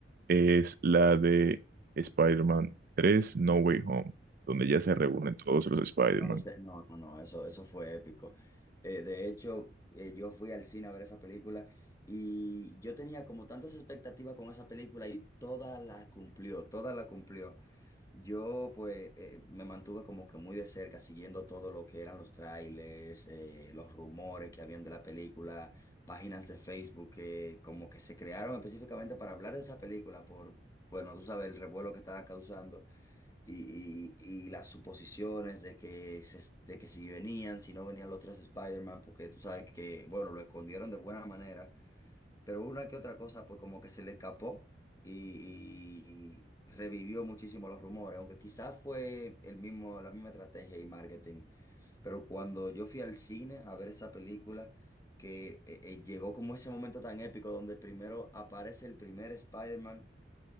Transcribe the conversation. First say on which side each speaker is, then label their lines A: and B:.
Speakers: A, on the right; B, on the left.
A: es la de Spider-Man 3 No Way Home, donde ya se reúnen todos los Spider-Man.
B: No lo sé, no, no, no, eso, eso fue épico. Eh, de hecho, eh, yo fui al cine a ver esa película y yo tenía como tantas expectativas con esa película y toda la cumplió, toda la cumplió. Yo pues eh, me mantuve como que muy de cerca siguiendo todo lo que eran los trailers, eh, los rumores que habían de la película, páginas de Facebook que como que se crearon específicamente para hablar de esa película por, bueno, tú sabes, el revuelo que estaba causando y, y- y las suposiciones de que, se- de que si venían, si no venían los tres Spider-Man, porque tú sabes que, bueno, lo escondieron de buena manera, pero una que otra cosa, pues como que se le escapó y, y revivió muchísimo los rumores, aunque quizás fue el mismo, la misma estrategia y marketing, pero cuando yo fui al cine a ver esa película, que eh, eh, llegó como ese momento tan épico donde primero aparece el primer Spider-Man